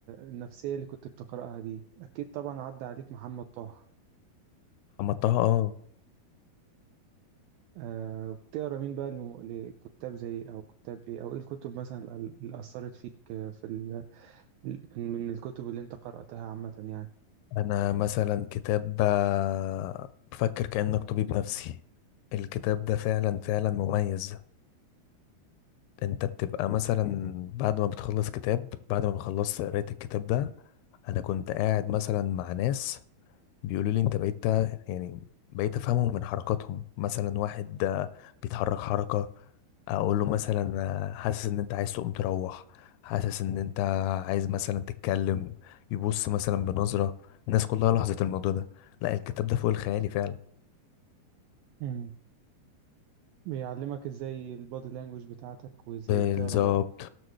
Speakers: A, on the right; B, on the left.
A: النفسية اللي كنت بتقرأها دي أكيد طبعا عدى عليك محمد طه
B: طه اه
A: آه بتقرأ مين بقى لم- لكتاب زي أو كتاب إيه أو إيه الكتب مثلا ال- اللي أثرت فيك آه، في ال... من الكتب اللي أنت قرأتها عامة يعني
B: انا مثلا كتاب آه، بفكر كأنك طبيب نفسي الكتاب ده فعلا فعلا مميز انت بتبقى مثلا بعد ما بتخلص كتاب بعد ما بخلصت قراية الكتاب ده انا كنت قاعد مثلا مع ناس بيقولوا لي انت بقيت يعني بقيت افهمهم من حركاتهم مثلا واحد آه، بيتحرك حركة اقول له مثلا آه، حاسس ان انت عايز تقوم تروح حاسس ان انت عايز مثلا تتكلم يبص مثلا بنظرة الناس كلها لاحظت الموضوع ده لا الكتاب ده فوق الخيالي فعلا
A: مم. بيعلمك إزاي البادي لانجوج بتاعتك وإزاي
B: بالظبط
A: تقرأ